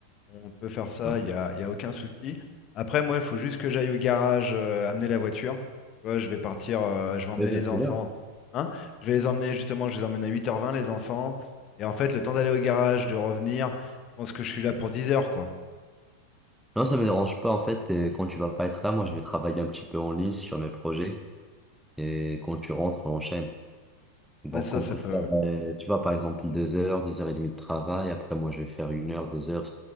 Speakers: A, on the left; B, in the centre.
A: On peut faire ça,
B: Ouais.
A: il n'y a, y a aucun souci. Après, moi, il faut juste que j'aille au garage euh, amener la voiture. Tu vois, je vais partir, euh, je vais emmener
B: Mais vers
A: les
B: quelle
A: enfants.
B: heure?
A: Hein? Je vais les emmener, justement, je les emmène à huit heures vingt les enfants. Et en fait, le temps d'aller au garage, de revenir, je pense que je suis là pour dix heures quoi.
B: Non, ça me dérange pas en fait. Et quand tu vas pas être là, moi je vais travailler un petit peu en ligne sur mes projets. Et quand tu rentres, on enchaîne. Donc
A: Ouais, ça,
B: on
A: ça
B: peut
A: peut.
B: faire, euh, tu vois, par exemple, deux heures, deux heures et demie de travail. Après, moi je vais faire une heure, deux heures